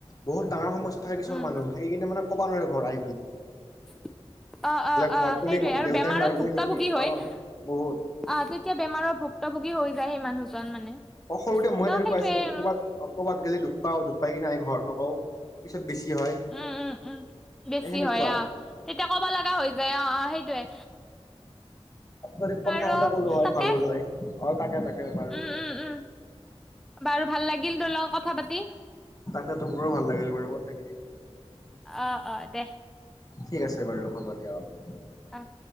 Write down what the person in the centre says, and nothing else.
উম
<inaudible> অ অ
অ
সেইটোৱে আৰু
বেমাৰত
ভুক্তভোগি
হয়
আহ
এতিয়া বেমাৰৰ ভুক্ত ভোগী হৈ যায় সেই মানুহজন মানে
ন
সেইটোয়ে
আৰু
উম উম উম বেছি
হয় আহ তেতিয়া ক'বা লগা হৈ যায় অ অ সেইটয়ে
আৰু
তাকে।
উম উম উম বাৰু ভাল লাগিল ধৰি লওক কথা পাতি।
অ অ দে।
অহ।